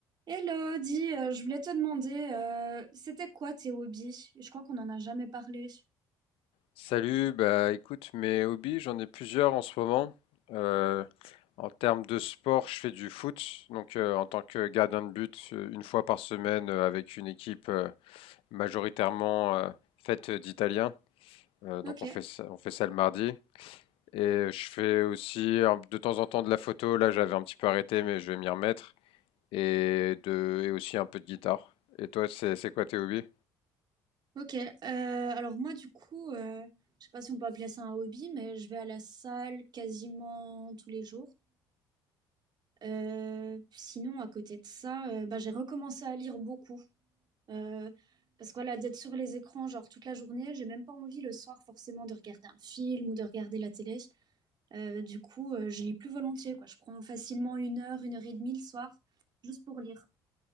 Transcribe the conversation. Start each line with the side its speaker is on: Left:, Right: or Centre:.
Right: Hello, dis, euh, je voulais te demander, euh, c'était quoi tes hobbies? Je crois qu'on n'en a jamais parlé.
Left: Salut, bah écoute, mes hobbies, j'en ai plusieurs en ce moment. Euh, en termes de sport, je fais du foot, donc euh, en tant que gardien de but, euh, une fois par semaine euh, avec une équipe euh, majoritairement euh, faite d'Italiens. Euh, donc
Right: Ok,
Left: on fait ça, on fait ça le mardi. Et je fais aussi euh, de temps en temps de la photo. Là, j'avais un petit peu arrêté, mais je vais m'y remettre. Et de, et aussi un peu de guitare. Et toi, c'est c'est quoi tes hobbies?
Right: ok. Euh, alors moi, du coup, euh, je sais pas si on peut appeler ça un hobby, mais je vais à la salle quasiment tous les jours. Euh, sinon, à côté de ça, euh, bah, j'ai recommencé à lire beaucoup. Euh, parce que voilà, d'être sur les écrans genre toute la journée, j'ai même pas envie le soir forcément de regarder un film ou de regarder la télé. Euh, du coup, euh, je lis plus volontiers, quoi. Je prends facilement une heure, une heure et demie le soir, juste pour lire.